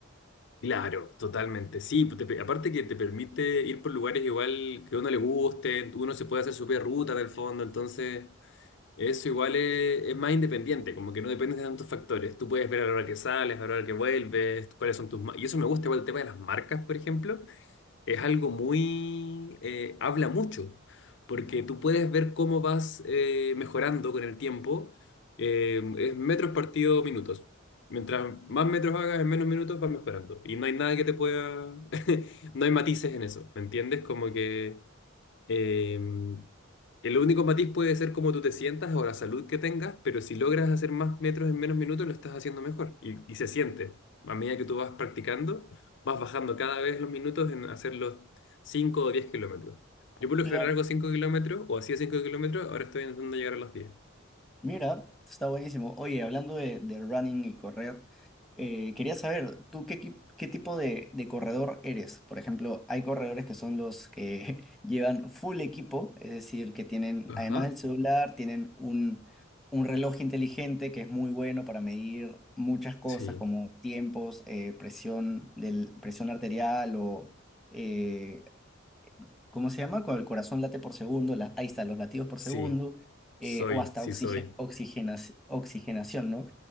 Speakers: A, on the left; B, in the centre.
A: Claro, totalmente. Sí, pues, te pe- aparte que te permite ir por lugares igual que a uno le guste, uno se puede hacer su propia ruta en el fondo, entonces eso igual es, es más independiente, como que no depende de tantos factores. Tú puedes ver a la hora que sales, a la hora que vuelves, cuáles son tus... ma- Y eso me gusta igual el tema de las marcas, por ejemplo, es algo muy... eh, habla mucho, porque tú puedes ver cómo vas eh, mejorando con el tiempo. eh, es metros partido minutos. Mientras más metros hagas en menos minutos vas mejorando. Y no hay nada que te pueda... <laughs> no hay matices en eso, ¿me entiendes? Como que Em, el único matiz puede ser cómo tú te sientas o la salud que tengas, pero si logras hacer más metros en menos minutos, lo estás haciendo mejor y, y se siente. A medida que tú vas practicando, vas bajando cada vez los minutos en hacer los 5 o 10 kilómetros. Yo por lo
B: Claro.
A: general hago 5 kilómetros o hacía 5 kilómetros, ahora estoy intentando llegar a los diez.
B: Mira, está buenísimo. Oye, hablando de, de running y correr, eh, quería saber, ¿tú qué, equi- qué tipo de, de corredor eres? Por ejemplo, hay corredores que son los que <laughs> llevan full equipo, es decir, que tienen,
A: Ajá.
B: además del celular, tienen un, un reloj inteligente que es muy bueno para medir muchas cosas
A: Sí,
B: como tiempos, eh, presión del, presión arterial o eh, ¿cómo se llama? Cuando el corazón late por segundo, la- ahí está, los latidos por
A: sí,
B: segundo, eh,
A: soy,
B: o hasta
A: sí
B: oxige-
A: soy.
B: oxigenas- oxigenación, ¿no?